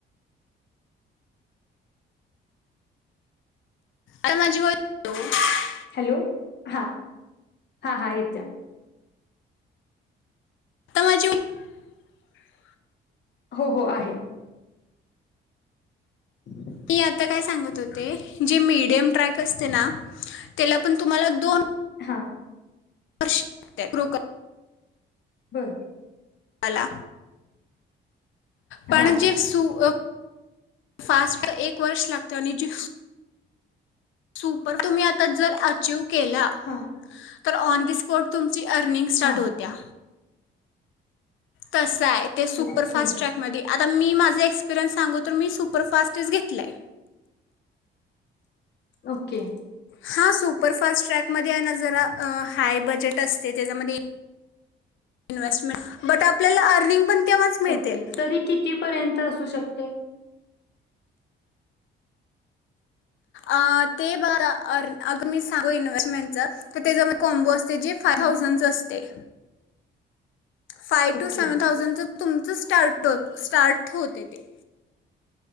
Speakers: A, on the left (about 80°); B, on the left (about 60°).
A: अर माझी <unintelligible>
B: हॅलो हा हा हा येतिया.
A: <unintelligible>
B: हो हो आहे. <unintelligible>
A: मी आता काय सांगत होते, जे मीडियम ट्रॅक असते ना, त्याला पण तुम्हाला दोन-
B: हा
A: वर्ष लागतय ग्रो कर-
B: बर
A: यला पण
B: हां
A: जे सू - फास्ट एक वर्ष लागतो, आणि जि- सुपर तुम्ही आता जर आचीव्ह- केला,
B: हां
A: तर ऑन द स्पॉट तुम - ची अर्निंग स्टार्ट
B: हां
A: होत्या. तस य ते सुपरफास्ट
B: ओके
A: ट्रॅकमध्ये आता मी माझं एक्सपिरियन्स सांगु तर मी सु- सुपरफास्टच घेतलंय.
B: ओके
A: हा सुपरफास्ट ट्रॅकमध्ये आहे ना जरा हाय बजेट असते, त्याच्यामध्ये- इन्व्हेस्टमेंट बट आपल्याला अर्निंग पण- तेव्हाच मिळते
B: ओके तरी कितीपर्यंत असू शक ते.
A: अ ते ब अग मी सांगू इन्व्हेस्टमेंटच तर त्याच्या मधी कॉम्बो अस ते जे फायथाउजंटच
B: हं,
A: अस ते. Five
B: okay
A: two seven thousand च तुमचं स्टार्ट स्टार्ट होते ते.